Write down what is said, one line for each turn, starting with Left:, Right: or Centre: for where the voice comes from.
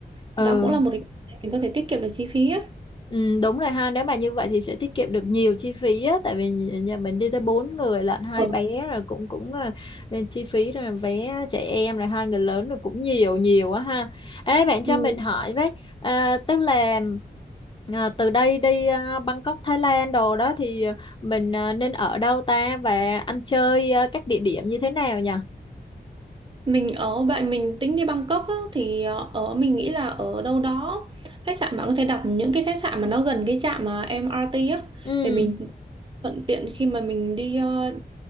Left: Ừ,
Right: Thì đó cũng là một cái mình có thể tiết kiệm được chi phí á
Left: Ừ, đúng rồi ha nếu mà như vậy thì sẽ tiết kiệm được nhiều chi phí á tại vì nhà mình đi tới bốn người lận hai
Right: ừ.
Left: bé rồi cũng cũng à, chi phí rồi vé trẻ em rồi hai người lớn rồi cũng nhiều nhiều á ha Ê bạn cho
Right: Ừ.
Left: mình hỏi với à, tức là à, từ đây đi à, Bangkok Thái Lan đồ đó thì à, mình à, nên ở đâu ta và ăn chơi à, các địa điểm như thế nào nhỉ
Right: Mình ở vậy mình tính đi Bangkok á, thì ờ, ở mình nghĩ là ở đâu đó khách sạn bạn có thể đặt những cái khách sạn mà nó gần cái trạm mà em MRT á
Left: ừ
Right: để mình thuận tiện khi mà mình đi ờ,